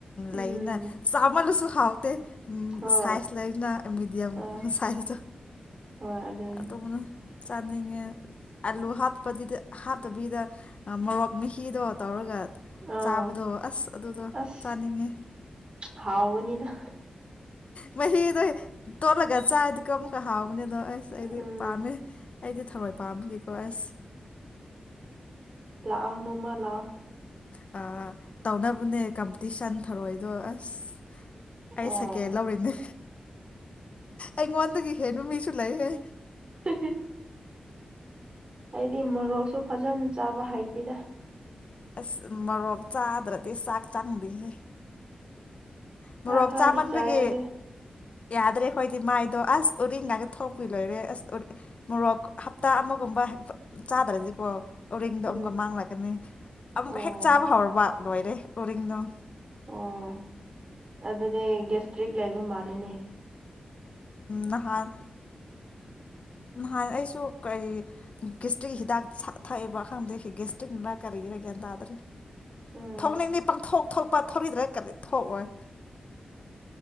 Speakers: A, on the right; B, on the left.
A: ꯎꯝ
B: ꯂꯩꯌꯦꯅ ꯆꯥꯃꯜꯂꯁꯨ ꯍꯥꯎꯇꯦ꯫ ꯎꯝ
A: ꯍꯣꯏ
B: ꯁꯥꯏꯁ ꯂꯩꯌꯦꯅ ꯃꯤꯗꯤꯌꯝ
A: ꯑꯥ
B: ꯁꯥꯏꯁꯇꯣ
A: ꯍꯣꯏ ꯑꯗꯨꯅꯤ
B: ꯑꯗꯨꯒꯨꯝꯗꯣ꯫ ꯆꯥꯅꯤꯡꯉꯦ ꯑꯥꯂꯨ ꯍꯥꯞꯄꯗꯤꯗ ꯍꯥꯞꯇꯕꯤꯗ ꯑꯥ ꯃꯣꯔꯣꯛ ꯃꯍꯤꯗꯣ ꯇꯧꯔꯒ
A: ꯑꯥ
B: ꯆꯥꯕꯗꯣ ꯑꯁ ꯑꯗꯨꯗꯣ
A: ꯑꯁ
B: ꯆꯥꯅꯤꯡꯉꯦ
A: ꯍꯥꯎꯒꯅꯤꯗ
B: ꯃꯍꯤꯗꯣ꯫ ꯇꯣꯠꯂꯒ ꯆꯥꯔꯗꯤꯀꯣ ꯑꯃꯨꯛꯀ ꯍꯥꯎ ꯃꯅꯦꯗꯣ ꯑꯩꯁ ꯑꯩꯗꯤ
A: ꯎꯝ
B: ꯄꯥꯝꯃꯦ꯫ ꯑꯩꯗꯤ ꯊꯔꫭꯏ ꯄꯥꯝꯕꯒꯤ ꯀꯣ ꯑꯁ
A: ꯂꯥꯛ ꯑꯣ ꯅꯣꯡꯃꯥ ꯂꯥꯛ ꯑꯣ꯫
B: ꯑ ꯇꯧꯅꯕꯅꯦ ꯀꯝꯄꯤꯇꯤꯁꯟ ꯊꯧꯔꯣꯏꯗꯣ ꯑꯁ꯫ ꯑꯩ
A: ꯑꯣ
B: ꯁꯀꯦꯟ ꯂꯧꯔꯤꯅꯦ꯫ ꯑꯩꯉꫭꯟꯗꯒꯤ ꯍꯦꯟꯕ ꯃꯤꯁꯨ ꯂꯩꯌꯦ
A: <inaudible> <unintelligible> ꯑꯩꯗꯤ ꯃꯣꯔꯣꯛꯁꯨ ꯐꯖꯅ ꯆꯥꯕ ꯍꯩꯇꯦꯗ꯫
B: ꯑꯁ ꯃꯣꯔꯣꯛ ꯆꯥꯗ꯭ꯔꯗꯤ ꯆꯥꯛ ꯆꯪꯗꯦꯍꯦ꯫
A: ꯈꯔꯥ
B: ꯃꯣꯔꯣꯛ
A: ꯈꯔꯗꯤ
B: ꯆꯥꯃꯟꯕꯒꯤ
A: ꯆꯥꯌꯥꯗꯦ꯫
B: ꯌꯥꯗ꯭ꯔꯦ ꯑꯩꯈꯣꯏꯗꯤ ꯃꯥꯏꯗꯣ ꯑꯁ ꯎꯔꯤꯡꯅꯒ ꯊꯣꯛꯄꯤ ꯂꯣꯏꯔꯦ ꯑꯁ ꯎ ꯃꯣꯔꯣꯛ ꯍꯞꯇꯥ ꯑꯃꯒꯨꯝꯕ ꯆꯥꯗ꯭ꯔꯗꯤꯀꯣ ꯎꯔꯤꯡꯗꯣ
A: ꯎꯝ
B: ꯑꯃꯨꯛꯀ ꯃꯥꯡꯂꯛꯀꯅꯤ ꯑꯃꯨꯛꯀ
A: ꯑꯣ
B: ꯍꯦꯛ ꯆꯥꯕ ꯍꯧꯔꯕ ꯂꯣꯏꯔꯦ꯫ ꯎꯔꯤꯡꯗꫭ
A: ꯑꯣ ꯑꯗꯨꯗꯤ ꯒꯦꯁꯇ꯭ꯔꯤꯛ ꯂꯩꯕ ꯃꯥꯜꯂꯤꯅꯦ꯫
B: ꯅꯍꯥꯟ ꯅꯍꯥꯟ ꯑꯩꯁꯨ ꯀꯔꯤ ꯒꯤꯁꯇ꯭ꯔꯤꯛ ꯍꯤꯗꯥꯛ ꯊꯛꯏꯕ ꯑꯈꯥꯡꯗꯦ ꯒꯤꯁꯇ꯭ꯔꯤꯛꯅꯔ ꯀꯔꯤꯒꯤꯔ ꯒ꯭ꯌꯥꯟ ꯇꯥꯗ꯭ꯔꯦ
A: ꯎꯝ
B: ꯊꯣꯛꯅꯤꯡꯗꯦ ꯄꯥꯡꯊꯣꯛ ꯊꯣꯛꯄ ꯊꯧꯅꯤꯡꯗ꯭ꯔꯦ ꯀꯔꯤ ꯊꯣꯛꯑꯣꯏ